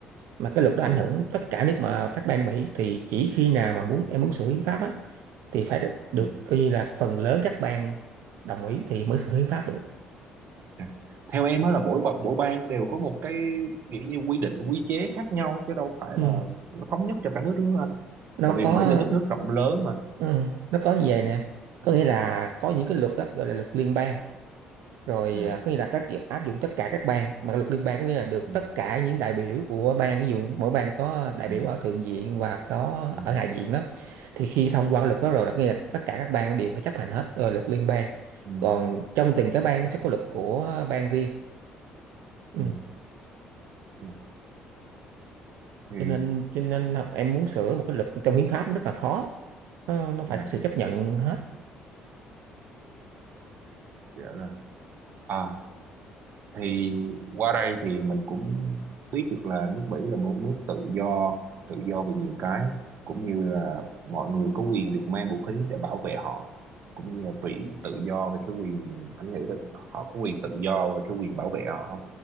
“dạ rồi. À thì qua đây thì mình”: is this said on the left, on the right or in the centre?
Right